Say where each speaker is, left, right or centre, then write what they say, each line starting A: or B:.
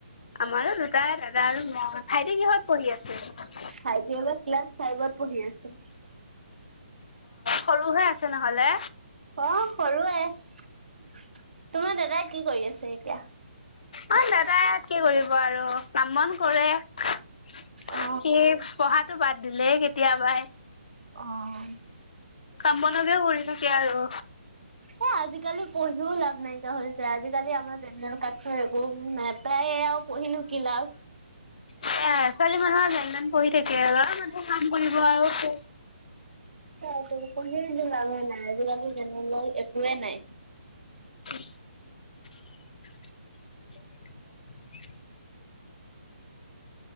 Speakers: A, on the left; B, on the right.
A: আমাৰো দুটাই দাদা আৰু মই, ভাইটি কিহঁত পঢ়ি আছে?
B: ভাইটি এইবাৰ ক্লাছ ফাইভত পঢ়ি আছে।
A: সৰুহৈ আছে নহ'লে।
B: অহ্ সৰুৱে, তোমাৰ দাদাই কি কৰি আছ চে এতিয়া।
A: আমাৰ দাদায়ে কি কৰিব আৰু কাম-বন কৰে সি
B: অ
A: পঢ়াত টো বাদ দিলেই কেতিয়াবাই।
B: অঁ
A: কাম বনকে কৰি থাকে আৰু।
B: এ আজিকালি পঢ়িও লাভ নাইকিয়া হৈছে আজিকালি আমাৰ জেনেল কাঠছৰ একো নাই। প্ৰায়ে আৰু পঢ়িনো কি লাভ।
A: সেইয়া আৰু, ছোৱালী মানুহৰ যেনতেন পঢ়ি থাকে, ল'ৰা মানুহ কাম কৰিব আৰু
B: সেইয়াই টো পঢ়িয়ে লাভে নাই, আজিকালি জেনেৰেলৰ একোৱে নাই।
A: <unintelligible>